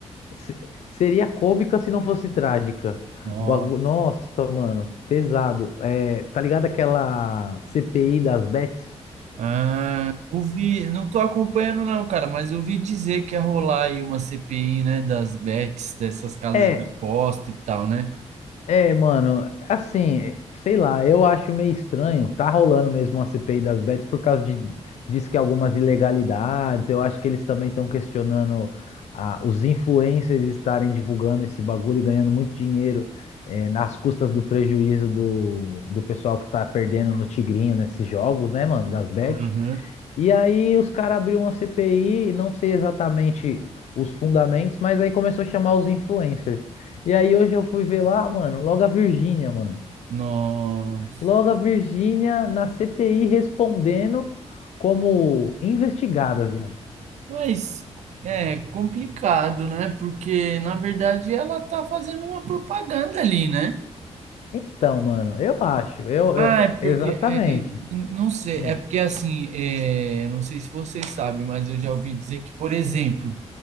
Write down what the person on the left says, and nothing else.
se- seria cômica se não fosse trágica.
Bagu- Nossa, mano, pesado. É, tá ligado aquela CPI das bets?
É,
É, mano, assim, sei lá, eu acho meio estranho. Tá rolando mesmo uma CPI das bets por causa de, diz que algumas ilegalidades. Eu acho que eles também estão questionando ah, os influencers estarem divulgando esse bagulho e ganhando muito dinheiro eh, nas custas do prejuízo do, do pessoal que tá perdendo no Tigrinho nesses jogos, né, mano, das bets.
E aí os caras abriram uma CPI, não sei exatamente os fundamentos, mas aí começou a chamar os influencers. E aí hoje eu fui ver lá, mano, logo a Virgínia, mano.
Logo a Virgínia na CPI respondendo como investigada, viado.
Então, mano, eu acho, eu,
eu- é-
exatamente.
Hum,